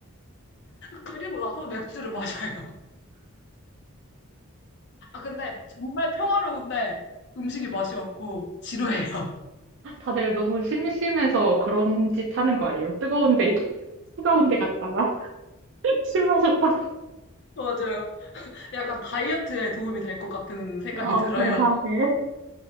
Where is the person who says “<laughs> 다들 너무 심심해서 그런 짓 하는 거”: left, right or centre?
Right